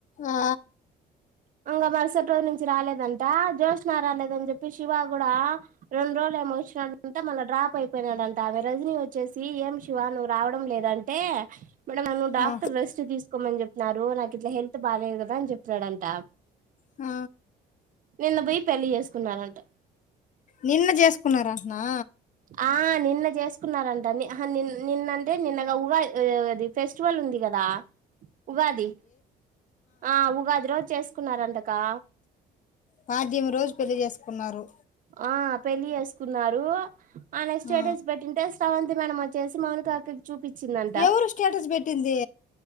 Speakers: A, on the left; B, on the right.
A: ఆ
B: ఆ ఇంగ మరుసటి రోజు నుంచి రాలేదంటా జ్యోష్న రాలేదని చెప్పి శివ కూడా రెండు రోజులేమో వచ్చినాడంట మళ్ళ డ్రాప్ అయిపోయినాడంట ఆమె రజనీ వచ్చేసి ఏం శివా నువ్వు రావడం లేదం ంటే మేడం నన్ను డాక్టర్
A: ఆ
B: రెస్ట్ తీసుకోమని చెప్నారు. రు నాకిట్లా హెల్త్ బాగాలేదు కదా అని చెప్పినాడంట.
A: ఆ
B: నిన్న పోయి పెళ్ళి చేసుకున్నారంట
A: నిన్న చేసుకున్నారంటానా
B: ఆ నిన్న చేసుకున్నారంట అహా నిన్ నిన్నంటే నిన్న గా ఉగా అది ఫెస్టివల్ ఉంది గదా ఉగాది ఆ ఉగాది రోజు చేసుకున్నారంటకా
A: పాద్యమి రోజు పెళ్లి చేసుకున్నారు
B: ఆ పెళ్ళి చేసుకున్నారు ఆనె స్టేడేజ్
A: ఆ
B: పెట్టింటే స్రవంతి మేడం వ చేసి మౌనిక అక్క కి చూపించిందంట
A: ఎవరు స్టేటస్ పెట్టింది